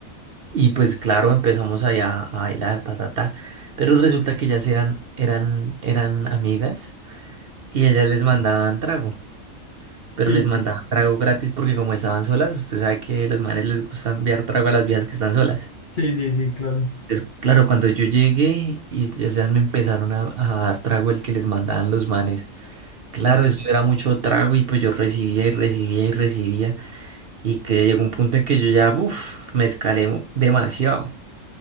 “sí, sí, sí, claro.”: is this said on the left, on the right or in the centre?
Left